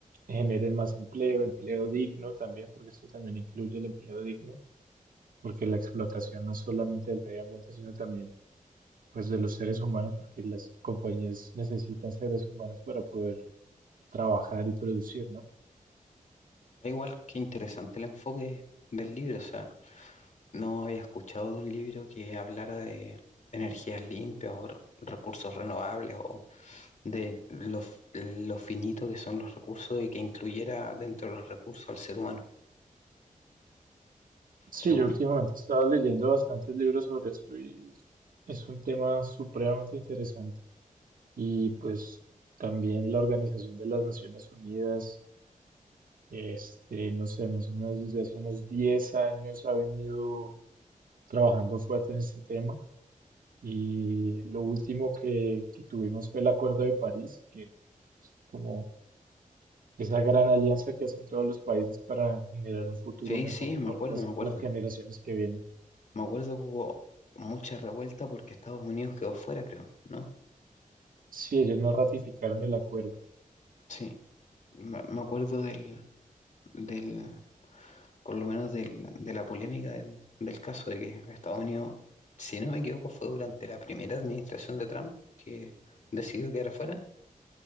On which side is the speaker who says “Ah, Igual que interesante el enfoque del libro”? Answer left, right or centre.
Left